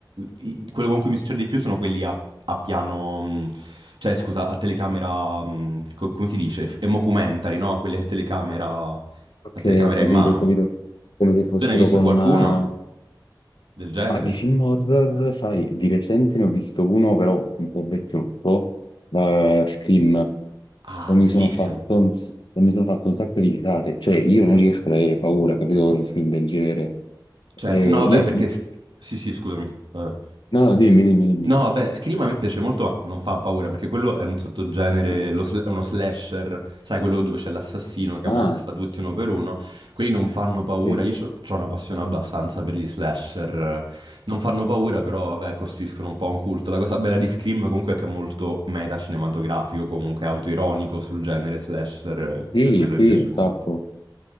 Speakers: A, on the right (about 85°); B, on the left (about 75°).
A: i- quello con cui mi succede di più sono quelli a, a piano, mh, cioè scusa, a telecamera, mh, co- come si dice, F- mockumentary, no? Quelli a telecamera, a
B: Ok,
A: telecamera
B: ho capito,
A: in mano.
B: ho capito. Come se fossero
A: Tu ne hai visto
B: con
A: qualcuno
B: una,
A: del genere?
B: Ma di film horror, sai, di recente ne ho visto uno, però un po' vecchiotto, eh, Scream,
A: Ah,
B: e mi
A: bellissimo.
B: sono fatto un, s- e mi sono fatto un sacco di risate. Cioè, io non riesco ad avere paura, capito,
A: Sì, sì,
B: per un
A: sì.
B: film del genere.
A: Certo,
B: Eh,
A: no, vabbè,
B: io-
A: perché... s- Sì, sì, scusami. Vabbè.
B: No, no, dimmi, dimmi, dimmi.
A: No, beh, Scream a me piace molto, ma non fa paura, perché quello è un sottogenere,
B: Sì, sì.
A: lo sl- è uno slasher, sai, quello dove c'è l'assassino che ammazza
B: Ah,
A: tutti uno per uno. Quelli non fanno paura,
B: ok.
A: io ho una passione abbastanza per gli slasher. Non fanno paura, però, vabbè, costituiscono un po' un culto. La cosa bella di Scream comunque è che è molto meta cinematografico, comunque autoironico sul genere slasher, eh,
B: Sì,
A: per quello
B: sì,
A: mi piace
B: un sacco.
A: molto.